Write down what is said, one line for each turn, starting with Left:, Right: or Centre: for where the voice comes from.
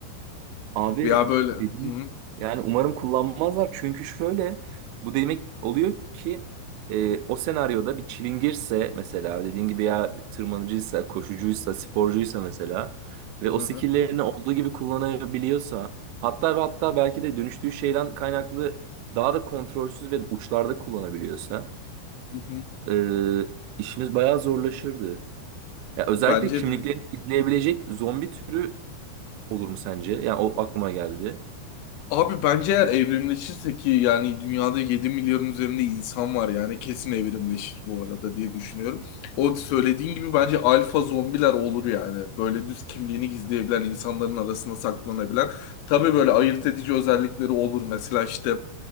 Right: Abi
Left: Veya böyle hı
Right: dedim
Left: hı
Right: yani umarım kullanmazlar çünkü şöyle bu demek oluyor ki e, o senaryoda bir çilingirse mesela dediğin gibi ya tırmanıcıysa koşucuysa sporcuysa mesela ve o
Left: hı
Right: skilllerini
Left: hı
Right: olduğu gibi kullanabiliyorsa hatta ve hatta belki de dönüştüğü şeyden kaynaklı daha da kontrolsüz ve uçlarda kullanabiliyorsa
Left: hı. hı.
Right: e, işimiz bayağı zorlaşırdı. Ya özellikle
Left: Bence
Right: kimliklerini
Left: de
Right: izleyebilecek zombi türü olur mu sence? Yani o aklıma geldi.
Left: Abi bence eğer evrimleşirse ki yani dünyada 7 milyarın üzerinde insan var yani kesin evrimleşir bu arada diye düşünüyorum. O söylediğin gibi bence alfa zombiler olur yani. Böyle düz kimliğini gizleyebilen, insanların arasında saklanabilen. Tabii böyle ayırt edici özellikleri olur. Mesela işte